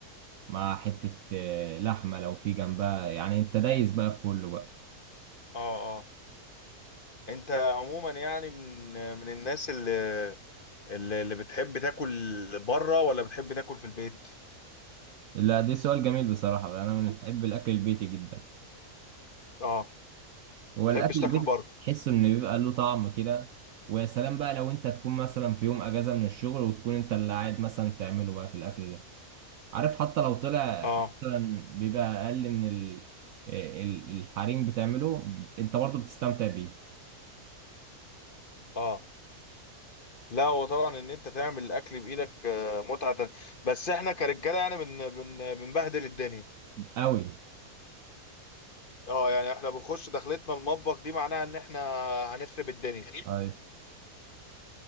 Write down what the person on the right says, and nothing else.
مع حتة آه، لحمة لو في جنبها يعني أنت دايس بقى في كله بقى
لا ده سؤال جميل بصراحة أنا من بحب الأكل البيتي جدا
هو
الأكل
البيتي
تحسه إن بيبقى له طعم كده ويا سلام بقى لو أنت تكون مثلا في يوم أجازة من الشغل وتكون أنت اللي قاعد مثلا تعمله بقى في الأكل ده عارف حتى لو طلع
مثلا بيبقى أقل من ال... آه، ال- الحريم بتعمله أنت برضه بتستمتع بيه
أوي
طيب